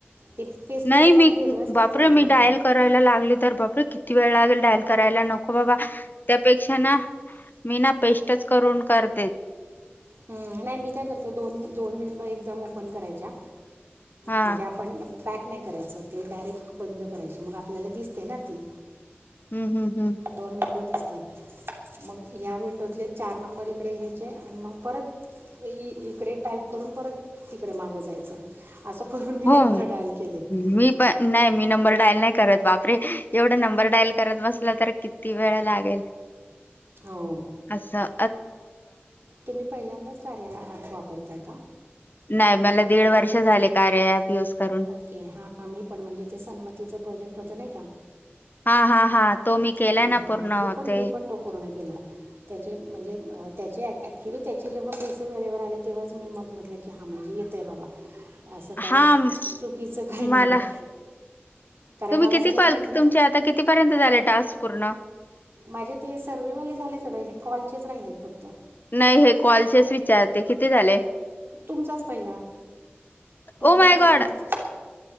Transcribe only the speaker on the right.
ते पेस्ट
केलं का
वेगळंच काहीतरी
येतं
मग
हं नाही मी काय करते दोन दोन विंडो एकदम ओपन करायच्या
म्हणजे आपण बॅक नाही करायचं ते डायरेक्ट बंद करायची मग आपल्याला दिसते ना ती
दोन विन्डो दिसत. मग ह्या विंडोतले चार नंबर इकडे घ्यायचे आणि मग परत इकडे टाईप करून परत तिकडे मागं जायचं. असं करून मी
नंबर डायल केलेत
हो
तुम्ही पहिल्यांदाच कार्या ऍप वापरताय का?
ओके हा मी पण म्हणजे ते सन्मतीच प्रोजेक्ट होत नाही का?
ह, हा
मी पण, मी पण, तो पूर्ण केला. त्याचे म्हणजे अ त्याचे ॲक्च्युली त्याचे जेव्हा पैसे वेळेवर आले म्हणले की तेंव्हाच मी म्हणले की, हा येतय बाबा. असं काय
चुकीचं काही नाही
आहे. कारण
मला
सगळे
म्हटले
माझे ते सर्व्हेवाले झाले सगळे, हे कॉलचेच राहिलेत फक्त.
तुमचाच पहिला, तुमचे
किती
झालेत?